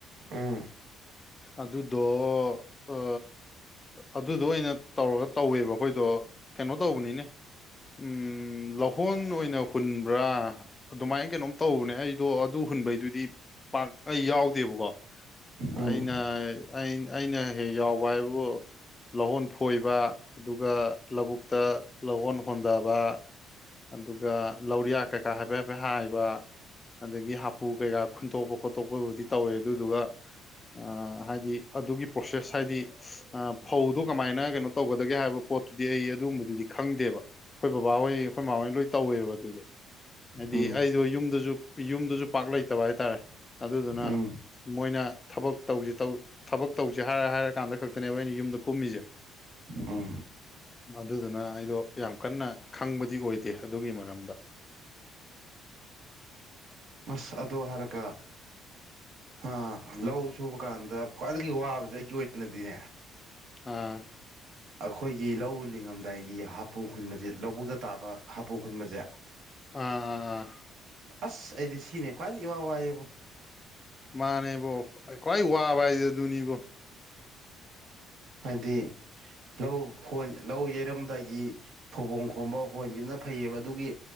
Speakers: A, on the right (about 65°); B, on the left (about 20°).
A: ꯎꯝ
B: ꯑꯗꯨꯗꯣ ꯑ ꯑ ꯑꯗꯨꯗꯣ ꯑꯣꯏꯅ ꯇꯧꯔꯒ ꯇꯧꯋꯦꯕ ꯑꯈꯣꯏꯗꯣ ꯀꯩꯅꯣ ꯇꯧꯕꯅꯤꯅꯦ ꯎꯝ ꯂꯧꯍꯣꯟ ꯑꯣꯏꯅ ꯍꯨꯟꯕ꯭ꯔꯥ ꯑꯗꯨꯃꯥꯏ ꯀꯩꯅꯣꯝ ꯇꯧꯕꯅꯦ ꯑꯩ ꯗꯣ ꯑꯗꯣ ꯑꯗꯨ ꯍꯨꯟꯕꯩꯗꯨꯗꯤ ꯄꯥꯛ ꯑꯩ ꯌꯥꯎꯗꯦꯕꯀꯣ
A: ꯎꯝ
B: ꯑꯩꯅ ꯑꯩ ꯑꯩꯅ ꯍꯦꯛ ꯌꯥꯎꯕ ꯍꯥꯏꯕꯕꯨ ꯂꯧꯍꯣꯟ ꯐꯣꯏꯕ ꯑꯗꯨꯒ ꯂꯧꯕꯨꯛꯇ ꯂꯧꯍꯣꯟ ꯍꯣꯟꯗꯕꯥ ꯑꯗꯨꯒ ꯂꯧꯔꯤꯌꯥ ꯀꯩꯀꯥ ꯍꯥꯏꯐꯦꯠ ꯍꯥꯏꯐꯦꯠ ꯍꯥꯏꯕ ꯑꯗꯒꯤ ꯍꯥꯄꯨ ꯀꯩꯀꯥ ꯈꯨꯟꯇꯣꯛꯄ ꯈꯣꯠꯇꯣꯛꯄꯕꯨꯗꯤ ꯇꯧꯋꯦ ꯑꯗꯨꯗꯨꯒ ꯑꯥ ꯍꯥꯏꯗꯤ ꯑꯗꯨꯒꯤ ꯄ꯭ꯔꯣꯁꯦꯁ ꯍꯥꯏꯗꯤ ꯑꯥ ꯐꯧꯗꯣ ꯀꯃꯥꯏꯅ ꯀꯩꯅꯣ ꯇꯧꯒꯗꯒꯦ ꯍꯥꯏꯕ ꯄꯣꯠ ꯄꯣꯠꯇꯨꯗꯤ ꯑꯩ ꯑꯗꯨꯒꯨꯝꯕꯗꯨꯗꯤ ꯈꯪꯗꯦꯕ ꯈꯣꯏ ꯕꯕꯥꯍꯣꯏ ꯈꯣꯏ ꯃꯥꯃꯍꯣꯏꯅ ꯂꯣꯏ ꯇꯧꯋꯦꯕ ꯑꯗꯨꯗꯤ ꯍꯥꯏꯗꯤ
A: ꯎꯝ ꯎꯝ
B: ꯑꯩꯗꯣ ꯌꯨꯝꯗꯨꯖꯨ ꯌꯨꯝꯗꯨꯖꯨ ꯄꯥꯛ ꯂꯩꯇꯕ ꯍꯥꯏꯇꯥꯔꯦ ꯑꯗꯨꯗꯨꯅ
A: ꯎꯝ
B: ꯃꯣꯏꯅ ꯊꯕꯛ ꯇꯧꯖꯤ ꯇꯧ ꯊꯕꯛ ꯇꯧꯖꯤ ꯍꯥꯏꯔ ꯍꯥꯏꯔꯀꯥꯟꯗ ꯈꯛꯇꯅꯦꯕ ꯑꯩꯅ ꯌꯨꯝꯗ ꯀꯨꯝꯃꯤꯖꯦ
A: ꯑꯣ
B: ꯑꯗꯨꯗꯨꯅꯥ ꯑꯩꯗꯣ ꯌꯥꯝ ꯀꯟꯅ ꯈꯪꯕꯗꯤ ꯑꯣꯏꯗꯦ ꯑꯗꯨꯒꯤ ꯃꯔꯝꯗ
A: ꯑꯁ ꯑꯗꯣ ꯍꯥꯏꯔꯒ ꯑ ꯂꯧ ꯁꯨꯕ ꯀꯥꯟꯗ ꯈ꯭ꯋꯥꯏꯗꯒꯤ ꯋꯥꯕꯖꯦ ꯑꯩꯒꯤ ꯑꯣꯏꯅꯗꯤꯅꯦ
B: ꯑꯥ
A: ꯑꯈꯣꯏꯒꯤ ꯂꯧ ꯂꯤꯡꯉꯝꯗꯥꯏꯒꯤ ꯍꯥꯄꯨ ꯈꯨꯟꯕꯖꯦ ꯂꯧꯕꯨꯛꯇ ꯇꯥꯕ ꯍꯥꯄꯨ ꯈꯨꯟꯕꯖꯦ
B: ꯑꯥ ꯑꯥ ꯑꯥ
A: ꯑꯁ ꯑꯩꯗꯤ ꯁꯤꯅꯦ ꯈ꯭ꯋꯥꯏꯗꯩ ꯏꯋꯥ ꯋꯥꯑꯦꯕꯣ
B: ꯃꯥꯅꯦꯕꯣ ꯈ꯭ꯋꯥꯏ ꯋꯥꯕ ꯍꯥꯏꯖꯦ ꯑꯗꯨꯅꯤꯕꯣ
A: ꯍꯥꯏꯗꯤ ꯂꯧ ꯍꯣꯟ ꯂꯧ ꯌꯩꯔꯝꯗꯥꯏꯒꯤ ꯐꯧꯕꯣꯡ ꯈꯣꯝꯕ ꯍꯣꯟꯒꯤꯕꯅ ꯐꯩꯌꯦꯕ ꯑꯗꯨꯒꯤ